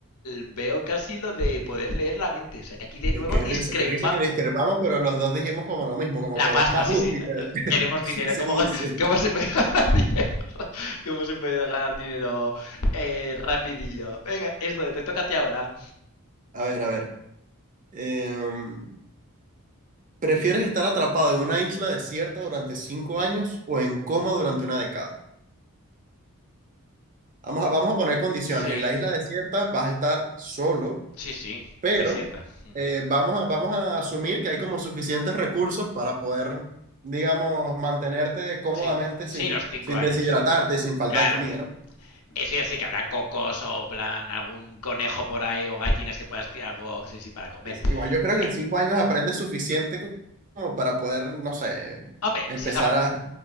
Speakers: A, on the left; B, on the right.
A: veo casi lo de poder leer la mente. O sea, que aquí de nuevo
B: Qué, qué
A: discrepa
B: risa, qué risa que discrepamos, pero los dos dijimos como lo mismo, como
A: la
B: que
A: pasta,
B: es más
A: sí,
B: útil.
A: sí.
B: <laughs>
A: Queremos
B: Sí,
A: dinero. ¿Cómo,
B: sí.
A: cómo se puede <laughs> ganar dinero? ¿Cómo se puede ganar dinero eh, rapidillo? Venga, esto te toca a ti ahora.
B: A ver, a ver. Em, ¿prefieres estar atrapado en una isla desierta durante cinco años o en coma durante una década? Vamos a, vamos a poner condiciones.
A: Sí,
B: En la isla desierta vas a estar solo,
A: sí, sí.
B: pero
A: Es desierta. Mm.
B: eh, vamos a, vamos a asumir que hay como suficientes recursos para poder, digamos, mantenerte cómodamente
A: Sí, sí,
B: sin,
A: los cinco
B: sin
A: años.
B: deshidratarte y sin falta
A: Claro.
B: de comida, ¿no?
A: Eso sí, sí que habrá cocos o plan algún conejo por ahí o gallinas que puedas algo sí, sí, para comer.
B: Es- igual yo creo que
A: Eh,
B: en cinco años aprendes suficiente co- como para poder, no sé,
A: hombre,
B: empezar
A: si es agua,
B: a,